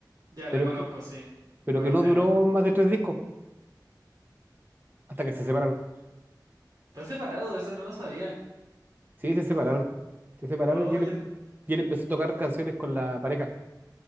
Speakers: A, on the right; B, on the right.
A: Ya
B: pero
A: la conozco,
B: que,
A: sí.
B: pero
A: Buenos
B: que no
A: temas.
B: duró más de tres discos hasta que se separaron.
A: ¿Están separados? Eso no lo sabía.
B: Sí, se separaron. Se separaron
A: Oh,
B: y él,
A: yo no.
B: y él empezó a tocar canciones con la pareja.